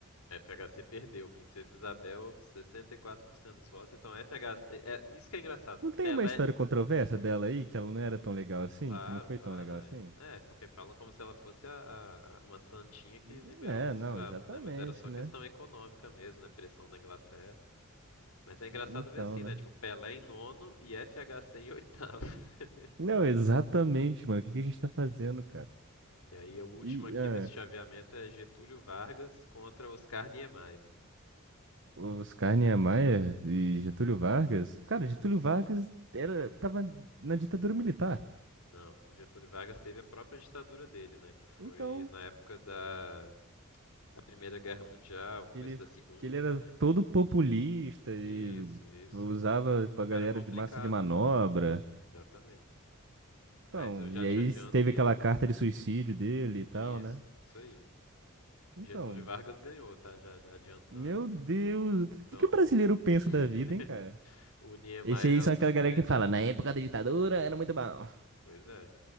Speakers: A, on the left (about 80°); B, on the right (about 60°).
A: FHC perdeu, Princesa Isabel, 64% dos votos. Então FHC, é, é isso que é engraçado.
B: Não tem
A: Pelé
B: uma história controversa dela aí, que ela não era tão legal assim,
A: Claro,
B: que não foi
A: claro,
B: tão legal
A: é.
B: assim?
A: É, porque falam como se ela fosse a, a- a- uma santinha que
B: Hum,
A: liberou
B: É,
A: os
B: não,
A: escravos,
B: exatamente,
A: né? Mas era só questão
B: né?
A: econômica mesmo, né? Pressão da Inglaterra. Mas é engraçado
B: Então,
A: ver assim,
B: né?
A: né? Tipo, Pelé em nono e FHC em oitavo. <laughs>
B: Não, exatamente, mano. O que que a gente tá fazendo, cara?
A: E aí, o último
B: E
A: aqui
B: ah,
A: desse chaveamento é Getúlio Vargas contra Oscar Niemeyer.
B: os Oscar Niemeyer e Getúlio Vargas, cara, Getúlio
A: Isso.
B: Vargas era, tava na ditadura militar.
A: Não, o Getúlio Vargas teve a própria ditadura dele, né? Que foi
B: Então,
A: na época da, da Primeira Guerra Mundial, começo
B: que ele,
A: da Segunda
B: que ele era
A: também.
B: todo populista e
A: Isso, isso.
B: usava pra
A: O cara
B: galera
A: é complicado.
B: de massa de manobra.
A: Exatamente. Mas
B: Então,
A: eu já
B: e
A: te
B: aí
A: adianto
B: teve
A: que.
B: aquela carta de suicídio dele e tal,
A: Isso,
B: né?
A: isso aí.
B: Então,
A: Getúlio Vargas ganhou, tá? Já, já adiantando.
B: meu Deus, o
A: Então.
B: que que o brasileiro pensa
A: <laughs>
B: da vida, hein, cara?
A: o Niemeyer
B: Esse aí
A: é
B: são
A: o sétimo.
B: aquela galera que fala, na época da ditadura era muito bom.
A: Pois é.